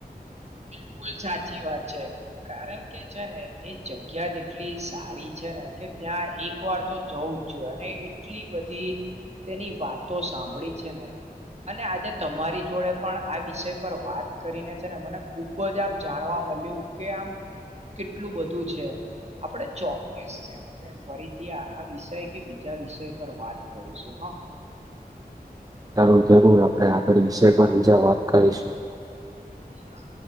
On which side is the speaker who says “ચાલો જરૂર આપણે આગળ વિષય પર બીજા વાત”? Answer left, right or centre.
Right